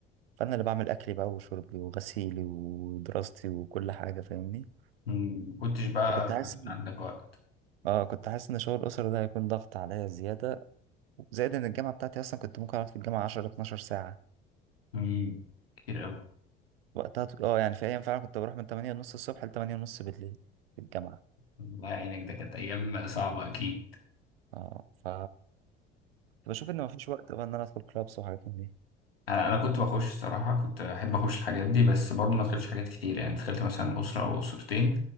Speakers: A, on the right; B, on the left.
A: فانا اللي بعمل اكلي بقى وشربي وغسيلي ودراستي وكل حاجه فاهمني
B: مم. ما كنتش بقى
A: فكنت حاسس إن-
B: عندك وقت
A: اه كنت حاسس ان شغل الاسره ده هيكون ضغط عليا زياده زائد ان الجامعه بتاعتي اصلا كنت ممكن اقعد في الجامعه 10 12 ساعه
B: مم. كتير قوي
A: وقتها ط- اه يعني في ايام فعلا كنت بروح من 8 ونص الصبح ل 8 ونص بالليل في الجامعه
B: الله يعينك ده كانت ايام صعبه اكيد
A: اه ف كنت بشوف ان مفيش وقت بقى ان انا ادخل كلابس وحاجات من دي
B: انا أنا كنت بخش الصراحه كنت احب اخش الحاجات دي بس برضو ما دخلتش حاجات كتير يعني دخلت مثلا اسره او اسرتين